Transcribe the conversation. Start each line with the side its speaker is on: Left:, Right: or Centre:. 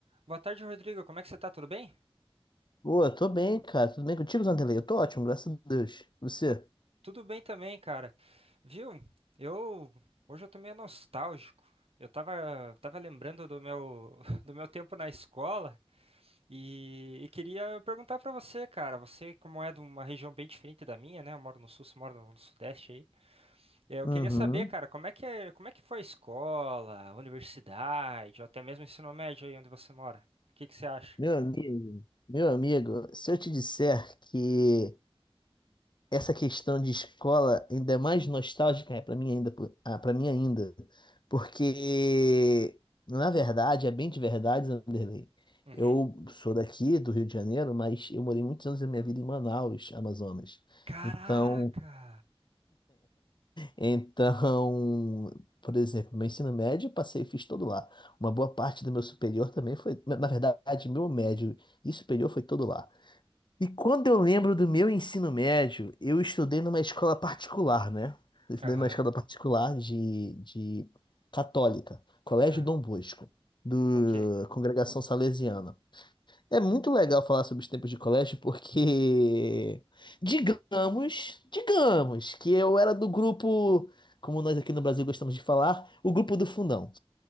Right: Boa tarde, Rodrigo. Como é que você tá? Tudo bem?
Left: Pô, eu tô bem, cara. Tudo bem contigo, Zanderlei? Eu tô ótimo, graças a Deus. Você?
Right: Tu- Tudo bem também, cara. Viu? Eu hoje eu tô meio nostálgico. Eu tava, tava lembrando do meu, <laughs> do meu tempo na escola e, e queria perguntar pra você, cara. Você, como é de uma região bem diferente da minha, né? Eu moro no sul, você mora no sudeste aí. É, Eu
Left: Uhum.
Right: queria saber, cara, como é que, é- como é que foi a escola, a universidade, ou até mesmo o ensino médio aí onde você mora? O que que você acha?
Left: Meu amigo, meu amigo, se eu te disser que essa questão de escola ainda é mais nostálgica, é para mim ainda, pô- ah, para mim ainda, porque na verdade, é bem de verdade, Zanderlei.
Right: Uhum.
Left: Eu sou daqui do Rio de Janeiro, mas eu morei muitos anos da minha vida em Manaus, Amazonas.
Right: Caraca!
Left: Então, Então, por exemplo, meu ensino médio eu passei e fiz todo lá. Uma boa parte do meu superior também foi, na verdade, meu médio e superior foi todo lá. E quando eu lembro do meu ensino médio, eu estudei numa escola particular, né? Eu estudei
Right: Aham,
Left: numa escola particular de, de católica, Colégio
Right: aham.
Left: Dom Bosco, do
Right: Ok.
Left: Congregação Salesiana. É muito legal falar sobre os tempos de colégio porque, digamos, digamos que eu era do grupo, como nós aqui no Brasil gostamos de falar, o grupo do fundão.